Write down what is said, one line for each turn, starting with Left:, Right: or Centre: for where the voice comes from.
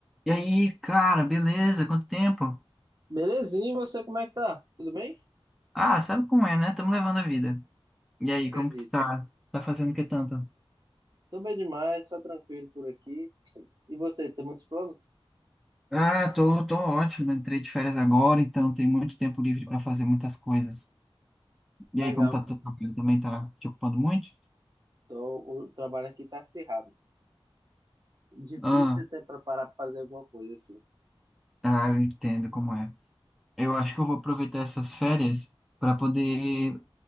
Centre: E aí, cara, beleza? Quanto tempo?
Right: Belezinha, e você como é que tá? Tudo bem?
Centre: Ah, sabe como é, né? Estamos levando a vida. E aí,
Right: Acredito.
Centre: como que tu tá? Tá fazendo o que tanto?
Right: Tô bem demais, só tranquilo por aqui. E você, tem muitos planos?
Centre: Ah, tô, tô ótimo. Entrei de férias agora, então tem muito tempo livre para fazer muitas coisas. E
Right: Legal.
Centre: aí, como tá teu trabalho também tá te ocupando muito?
Right: Então, o trabalho aqui tá acirrado. Difícil
Centre: Ah,
Right: até pra parar pra fazer alguma coisa assim.
Centre: ah, eu entendo como é. Eu acho que eu vou aproveitar essas férias para poder